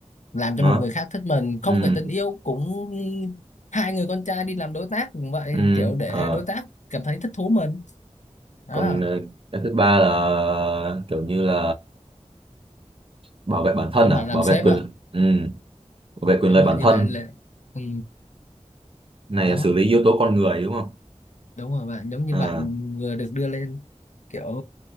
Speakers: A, on the left (about 80°); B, on the right (about 50°).
A: làm
B: nó
A: cho một người khác thích mình không
B: ừ
A: phải tình yêu cũng hai người con trai đi làm đối tác cũng vậy
B: ừ
A: kiểu để
B: ờ
A: đối tác cảm thấy thích thú mình đó
B: còn ờ, cái thứ ba là kiểu như là bảo vệ bản thân
A: giống
B: à
A: bạn làm
B: bảo
A: sếp
B: vệ quyền
A: á
B: lợi ừ. bảo vệ quyền
A: giống
B: lợi
A: bạn
B: bản
A: như
B: thân
A: là, là... Ừ.
B: này
A: đó
B: là xử lý yếu tố con người đúng không
A: đúng rồi bạn giống như
B: à,
A: bạn vừa được đưa lên kiểu